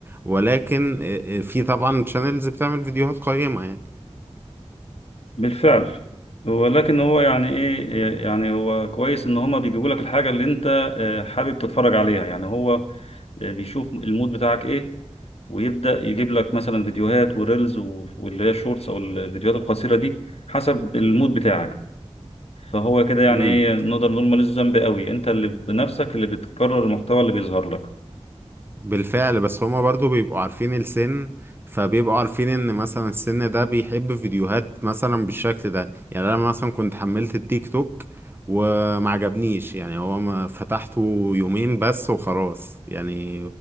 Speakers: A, on the right (about 20°); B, on the left (about 60°).
A: ولكن آه، آه، في طبعا شانلز بتعمل فيديوهات قيمه يعني
B: بالفعل ولكن هو يعني ايه آه، يعني هو كويس ان هما بيجيبوا لك الحاجة اللي انت آه، حابب تتفرج عليها يعني هو آه، بيشوف المود بتاعك ايه ويبدأ يجيب لك مثلا فيديوهات وريلز و- واللي هي الشورتس او الفيديوهات القصيرة دي حسب المود بتاعك فهو كده يعني
A: امم.
B: ايه نقدر نقول ماليش ذنب قوي انت اللي بنفسك اللي بتكرر المحتوى اللي بيظهر لك
A: بالفعل بس هما برضو بيبقوا عارفين السن فبيبقوا عارفين ان مثلا السن ده بيحب فيديوهات مثلا بالشكل ده يعني انا مثلا كنت حملت التيك توك وما عجبنيش يعني هو ما فتحته يومين بس وخلاص يعني